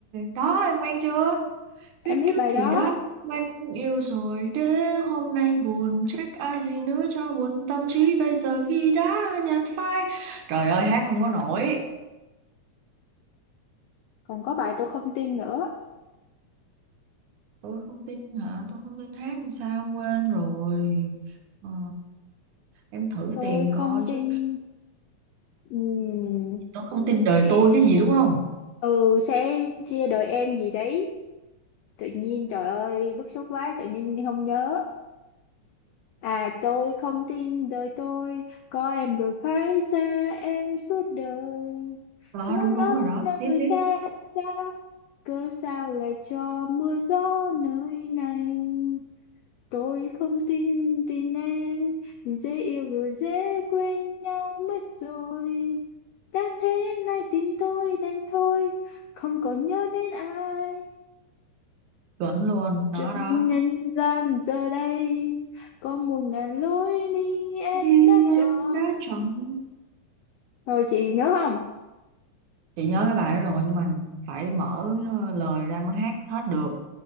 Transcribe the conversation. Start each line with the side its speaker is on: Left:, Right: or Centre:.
Right: đó em quen chưa
Left: em
Right: biết
Left: biết
Right: trước
Left: bài
Right: thì
Left: đó
Right: đã quen không yêu rồi để hôm nay buồn trách ai gì nữa cho buồn tâm trí bây giờ khi đã nhạt phai trời ơi hát không có nổi
Left: còn có bài tôi không tin nữa
Right: tôi không tin hả tôi không tin hát làm sao quên rồi Ờ, em thử
Left: tôi
Right: tìm
Left: không
Right: coi
Left: tin
Right: chứ
Left: ừm,
Right: tôi không tin đời
Left: nè.
Right: tôi cái gì đúng không
Left: ừ sẽ chia đời em gì đấy tự nhiên trời ơi bức xúc quá tự nhiên không nhớ à tôi không tin đời tôi có em rồi phải xa em suốt đời
Right: đó
Left: nắng
Right: đúng đúng
Left: ấm
Right: rồi đó
Left: nơi
Right: tiếp
Left: người xa
Right: tiếp
Left: xa cớ sao lại cho mưa gió nơi này Tôi không tin tin em, dễ yêu rồi dễ quên nhau mất rồi. Đã thế nay tin tôi đến thôi, không còn nhớ đến ai.
Right: chuẩn luôn đó
Left: Trong
Right: đó
Left: nhân gian giờ đây, có một ngàn lối đi em
Right: Vì
Left: đã chọn.
Right: em đã chọn
Left: Rồi chị nhớ không?
Right: chị nhớ cái bài đó rồi nhưng mà phải mở ờ, lời ra mới hát hết được